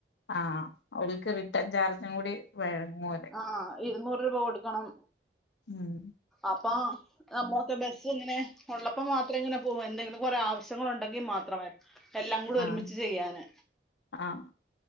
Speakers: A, on the left; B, in the centre.
A: ആഹ അവക്ക് റിട്ടേൺ ചാർജും കൂടി വഴങ്ങൂലെ
B: ആഹ് ഇരുുന്നൂറ് രൂപ കൊട്ട കൊടുക്കണം
A: ഉം
B: അപ്പം നമ്മക്കെ ബസ്സ ഇങ്ങനെ ഉള്ളപ്പോ മാത്രം ഇങ്ങനെ പോകും എന്തെങ്കിലും കൊറെേ ആവശ്യങ്ങൾ ഉണ്ടെങ്കിൽ മാത്രമായി എല്ലാം കൂടെ
A: ആഹ്
B: ഒരുമിച്ച് ചെയ്യാന്
A: ആഹ്